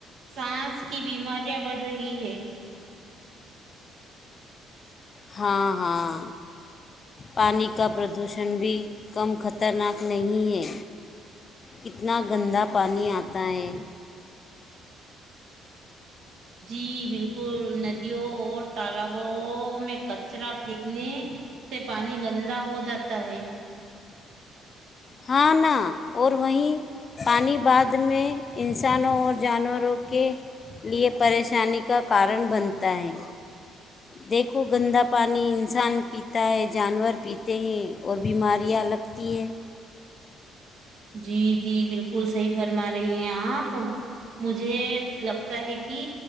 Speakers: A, on the right (about 70°); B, on the left (about 40°).
A: سانس کی بیماریاں بڑھ رہی ہے
B: ہاں ہاں پانی کا پردوشن بھی کم خطرناک نہیں ہے کتنا گندا پانی آتا ہے
A: جی بالکل ندیوں اور تالابوں میں کچرا پھینکنے سے پانی گندا ہو جاتا ہے
B: ہاں نہ اور وہیں پانی بعد میں انسانوں اور جانوروں کے لیے پریشانی کا کارن بنتا ہے دیکھو گندا پانی انسان پیتا ہے جانور پیتے ہیں اور بیماریاں لگتی ہیں
A: جی جی بالکل صحیح فرما رہی ہیں آپ مجھے لگتا ہے کہ